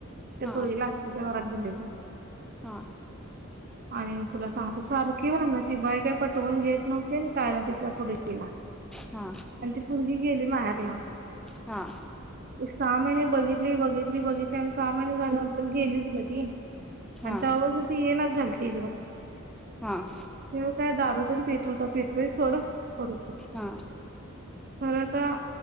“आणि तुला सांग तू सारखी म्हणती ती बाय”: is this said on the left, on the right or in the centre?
Right